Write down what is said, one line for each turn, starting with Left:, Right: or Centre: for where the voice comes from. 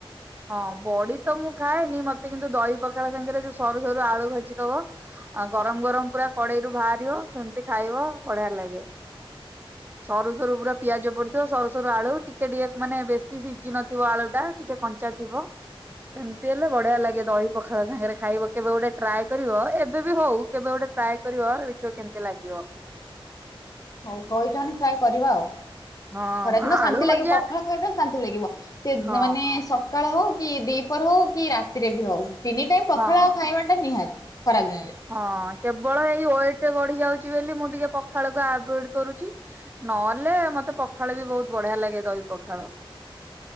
Right: ହଁ ବଡି ତ ମୁଁ ଖାଏନି ମତେ କିନ୍ତୁ ଦହି ପଖାଳ ସାଙ୍ଗରେ ଯୋଉ ସରୁ ସରୁ ଆଳୁ ଭାଜି ଦବ ଆ ଗରମ ଗରମ ପୁରା କଡେଇରୁୁ ବାହାରିବ ସେମତି ଖାଇବ ବଢିଆ ଲାଗେ। ସରୁ ସରୁ ପୁରା ପିଆଜ ପଡିଥିବ ସରୁ ସରୁ ଆଳୁ ଟିକେ ଟିକେ ମାନେ ବେଶୀ ସିଝି ନଥିବ ଆଳୁ ଟା ଟିକେ କ ଞ୍ଚା ଥିବ। ସେମିତି ହେଲେ ବଢିଆ ଲାଗେ ଦହି ପଖାଳ ସାଙ୍ଗରେ ଖାଇବ କେବେ ଗୋଟେ ଟ୍ରାଏ କରିବ ଏବେ ବି ହଉ କେବେ ଗୋଟେ ଟ୍ରାଏ କରିବା ଦେଖିବା କେମତିଆ ଲାଗିବ।
Left: ହଉ କହିଛ ମାନେ ଟ୍ରାଏ କରିବା ଆଉ
Right: ହଁ
Left: ଖରାଦିନ ଶାନ୍ତି
Right: ଆଳୁ
Left: ଲାଗିବ
Right: ଭଜା
Left: ପଖାଳ ଖାଇବେ ଶାନ୍ତି ଲାଗିବ ସେ
Right: ହଁ
Left: ମାନେ ସକାଳ ହଉ କି ଦିପର ହଉ କି ରାତିରେ ବି ହଉ। ତିନି ଟାଇମ୍ ପଖାଳ
Right: ହଁ।
Left: ଆଉ ଖାଇବାଟା ନିହାତି ଖରା ଦିନରେ।
Right: ହଁ କେବଳ ଏଇ ୱେଟ ବଢି ଯାଉଛି ବୋଲି ମୁଁ ଟିକେ ପଖାଳକୁ ଆଭଏଡ କରୁଛି। ନହେଲେ ମତେ ପଖାଳ ବି ବହୁତ ବଢିଆ ଲାଗେ ଦହି ପଖାଳ।